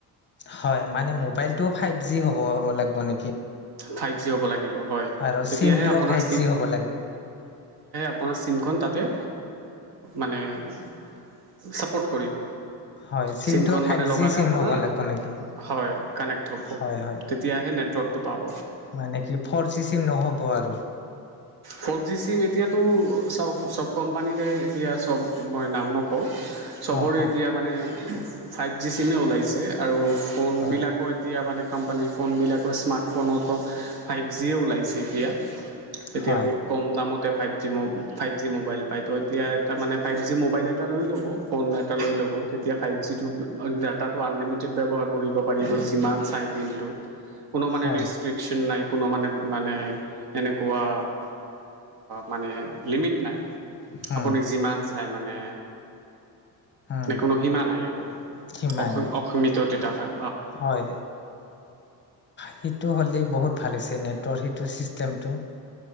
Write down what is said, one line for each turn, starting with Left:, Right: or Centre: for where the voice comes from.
Left: হয় মানে মোবাইল টো ফাইভ জি হ'ব, হ'ব লাগিব নেকি?
Right: ফাইভ জি হ'ব লাগিব। হয়।
Left: আৰু
Right: তেতিয়াহে
Left: চিমটোও
Right: আপোনাৰ,
Left: ফাইভ জি হ'ব লাগিব
Right: আপোনাৰ চিম, হয়, চিমখন তাতে মানে ছাপোৰ্ট কৰিব।
Left: হয় চিমটোও
Right: চিমখন
Left: ফাইভ
Right: মানে লগালে,
Left: জি চিম
Right: আপোনাৰ
Left: হ'ব লাগিব নেকি
Right: হয়, কানেক্ট হ'ব।
Left: হয় হয়
Right: তেতিয়াহে নেটৱৰ্কটো পাব।
Left: মানে কি ফ'ৰ জি চিম নহ'ব আৰু?
Right: ফ'ৰ জি চিম এতিয়াতটো চাওক, চব কোম্পানীৰে এতিয়া চব মই নাম নকওঁ
Left: হয়
Right: চবৰে এতিয়া মানে ফাইভ জি চিমে ওলাইছে, আৰু ফোন
Left: হয়
Right: বিলাকো এতিয়া মানে কোম্পানীৰ ফবিলাকৰ স্মাৰ্ট ফোনটো ফাইভ জিয়ে ওলাইছে এতিয়া। এতিয়া
Left: হয়
Right: বহুত কম দামতে ফাইভ জি ম ফাইভ জি মোবাইল পায় তো, এতিয়া এটা মানে ফাইভ জি মোবাইল এটা লৈ ল'ব। ফোন এটা লৈ ল'ব। তেতিয়া ফাইভ জিটো ডাটা টো আনলিমিটেড ব্যৱহাৰ কৰিব পাৰিব, যিমান চাই দিনটো। কোনো মানে
Left: হয়
Right: ৰেষ্ট্ৰিক্সন নাই। কোনো মানে, মানে এনেকুৱা মানে লিমিট নাই।
Left: হয়
Right: আপুনি যিমান চাই মানে
Left: উম,
Right: নে কোনো সীমা নাই আৰু
Left: সিমানেই
Right: অ অ, অসিমিত ডাটা থাক।
Left: হয়, সেইটো হ'লে বহুত ভালে হৈছে নেট তো সেইটো চিষ্টেমটো,